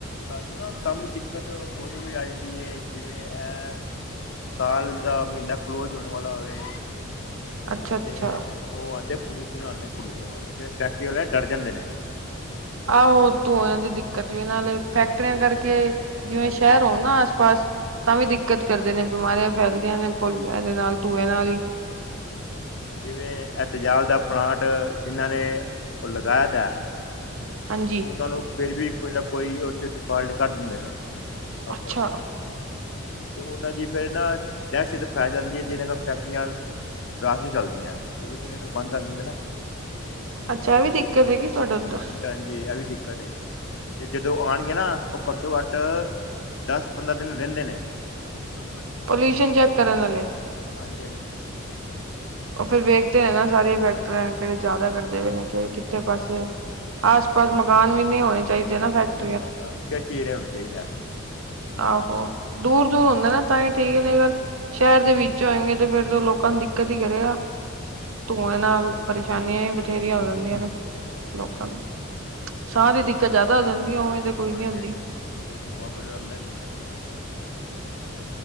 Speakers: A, on the left (about 65°); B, on the right (about 75°).
A: ਸਾਨੂੰ ਨਾ ਕੰਮ ਦਿੱਕਤ ਉਦੋਂ ਵੀ ਆ ਜਾਂਦੀ ਹੈ, ਜਿਵੇਂ ਐ ਸਾਲ ਦਾ ਮਹੀਨਾ ਕਲੋਜ ਹੋਣ ਵਾਲਾ ਹੋਵੇ।
B: ਅੱਛਾ ਅੱਛਾ
A: ਤੇ ਉਹ ਆਂਦੇ ਪੋਲੁਸ਼ਨ ਆਉਂਦੇ, ਪ੍ਰਦੂਸ਼ਣ ਵਾਲੇ, ਤੇ ਫੈਕਟਰੀ ਵਾਲੇ ਡਰ ਜਾਂਦੇ ਨੇ।
B: ਆਹੋ, ਧੂੰਏ ਦੀ ਦਿੱਕਤ ਵੀ ਨਾਲੇ ਫੈਕਟਰੀਆਂ
A: ਹਾਂਜੀ
B: ਕਰਕੇ, ਜਿਵੇਂ
A: ਯਾਨੀ
B: ਸ਼ਹਿਰ
A: ਕਿ
B: ਹੋਣ ਨਾ ਆਸ-ਪਾਸ,
A: ਹਾਂਜੀ
B: ਤਾਂ ਵੀ ਦਿੱਕਤ
A: ਹਾਂਜੀ
B: ਕਰਦੇ ਨੇ ਬਿਮਾਰੀਆਂ ਫੈਲਦੀਆਂ ਨੇ, ਭੁੱਲ ਇਹਦੇ ਨਾਲ ਧੂਏ ਨਾਲ ਹੀ।
A: ਹਾਂਜੀ, ਜਿਵੇਂ, ਐ ਤਜਾਬ ਦਾ ਪਲਾਂਟ ਜਿਨ੍ਹਾਂ ਨੇ, ਉਹ ਲਗਾਇਆ ਤਾ ਹੈ।
B: ਹਾਂਜੀ।
A: ਉਹਨਾਂ ਨੂੰ, ਫਿਰ ਵੀ ਕੋਈ ਨਾ, ਕੋਈ ਉਹਦੇ 'ਚ ਡਿਫਾਲਟ ਕੱਢ ਦਿੰਦੇ ਨੇ। ਐਸੇ
B: ਅੱਛਾ
A: <unintelligible> ਲੋਗ ਹੇ ਤੇ ਉਹਨਾਂ ਦੀ ਫਿਰ ਨਾ, ਦਹਿਸ਼ਤ ਪੈ ਜਾਂਦੀ ਹੈ, ਜਿਹਨਾਂ ਕੋਲ ਫੈਕਟਰੀਆਂ ਰਾਤ ਨੂੰ ਚੱਲਦੀਆਂ। ਕਿਉਂਕਿ ਦਿਨੇ ਫਿਰ ਬੰਦ ਕਰ ਦਿੰਦੇ ਨੇ ਨਾ।
B: ਅੱਛਾ, ਐ ਵੀ ਦਿੱਕਤ ਹੈਗੀ ਤੁੱਹਾਡੇ ਉੱਧਰ।
A: ਹਾਂਜੀ ਹਾਂਜੀ ਇਹ ਆ ਵੀ, ਦਿੱਕਤ ਏ। ਤੇ ਜਦੋਂ ਆਉਣਗੇ ਨਾ, ਉਹ ਘੱਟੋ-ਘੱਟ, ਦੱਸ, ਪੰਦਰਾਂ ਦਿਨ ਰਹਿੰਦੇ ਨੇ। ਗੰਬ ਗੋ <unintelligible>
B: ਪਲਊਸ਼ਨ ਚੈੱਕ ਕਰਨ ਵਾਲੇ।
A: ਹਾਂਜੀ, ਹਾਂਜੀ, ਹਾਂਜੀ।
B: ਉਹ ਫਿਰ ਵੇਖਦੇ ਨੇ ਨਾ, ਸਾਰੇ ਫੈਕਟਰੀ ਹੈ ਕਿਹੜੇ ਜ਼ਿਆਦਾ ਕਰਦੇ ਪਏ ਨੇ। ਕਿੱਥੇ ਪਾਸੇ, ਆਸ-ਪਾਸ ਮਕਾਨ ਵੀ ਨਹੀਂ ਹੋਣੇ ਚਾਹੀਦੇ ਨਾ, ਫੈਕਟਰੀ
A: ਪਰ, <unintelligible> ਚੀਰ ਹੋਣਾ ਚਾਹੀਦਾ।
B: ਆਹੋ, ਦੂਰ -ਦੂਰ ਹੁੰਦਾ ਨਾ, ਤਾਂ ਹੀ ਠੀਕ ਹੈ, ਨਹੀਂ ਸ਼ਹਿਰ ਦੇ ਵਿੱਚ ਹੋਏੰਗੇ, ਤੇ ਫਿਰ ਤੇ ਉਹ ਲੋਕਾਂ ਨੂੰ ਦਿੱਕਤ ਹੀ ਕਰੇਗਾ।
A: ਹਮ <unintelligible>
B: ਧੂੰਆਂ ਨਾਲ, ਪਰੇਸ਼ਾਨੀਆਂ ਹੀ ਬਥੇਰੀਆਂ ਹੋ ਜਾਂਦੀਆਂ ਨੇ,
A: ਉਹੀ
B: ਲੋਕਾਂ
A: ਗੱਲ
B: ਨੂੰ। ਸਾਹ ਦੀ ਦਿੱਕਤ ਜ਼ਿਆਦਾ ਹੋ ਜਾਂਦੀ, ਉਵੇਂ ਤੇ। ਕੋਈ ਨੀ
A: ਹਾਂਜੀ-
B: ਹੁੰਦੀ
A: ਹਾਂਜੀ, ਹਾਂ ਉਹ ਧੂੰਆਂ ਫਿਰ ਅੰਦਰ ਜਾਂਦਾ ਨਾ, ਤਾਂ ਕਰਕੇ